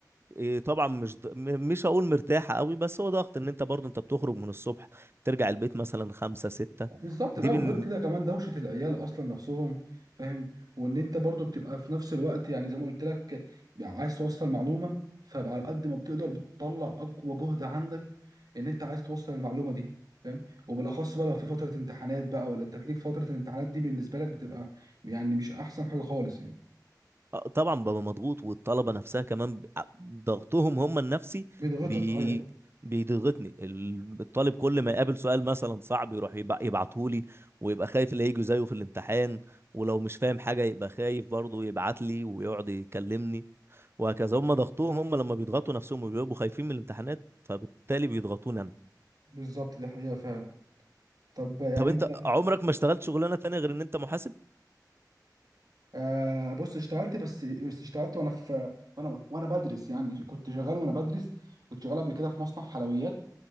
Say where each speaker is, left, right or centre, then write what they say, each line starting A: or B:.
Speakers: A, on the right; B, on the right.
A: إيه طبعا مش ض- م- مش هقول مرتاحة قوي بس هو ضغط ان انت برضو انت بتخرج من الصبح ترجع البيت مثلا خمسة ستة
B: بالظبط
A: دي
B: لا وغير
A: بن...
B: كده كمان دوشه العيال اصلا نفسهم فاهم وان انت برضو بتبقى في نفس الوقت يعني زي ما قلت لك عايز توصل معلومه فبقى على قد ما بتقدر بتطلع اقوى جهد عندك ان انت عايز توصل المعلومه دي فاهم وبالاخص بقى لو في فتره امتحانات بقى ولا انت تليك فتره الامتحانات دي بالنسبه لك بتبقى يعني مش احسن حاجه خالص يعني
A: آه، طبعا ببقى مضغوط والطلبة نفسها كمان ب- ع- ضغطهم هم النفسي
B: بيضغطك
A: بي...
B: ايوه
A: بيضغطني ال- الطالب كل ما يقابل سؤال مثلا صعب يروح يبع... يبعتهولي ويبقى خايف اللي هيجي زيه في الامتحان ولو مش فاهم حاجة يبقى خايف برضه يبعت لي ويقعد يكلمني وهكذا هم ضغطوهم هم لما بيضغطوا نفسهم وبيبقوا خايفين من الامتحانات فبالتالي بيضغطوني انا
B: بالظبط دي حقيقه فعلا طب يعني
A: طب انت
B: انت
A: عمرك ما اشتغلت شغلانه تانية غير ان انت محاسب
B: آه بص اشتغلت بس بس اشتغلت وانا في وانا وانا بدرس يعني كنت شغال وانا بدرس كنت شغال قبل كده في مصنع حلويات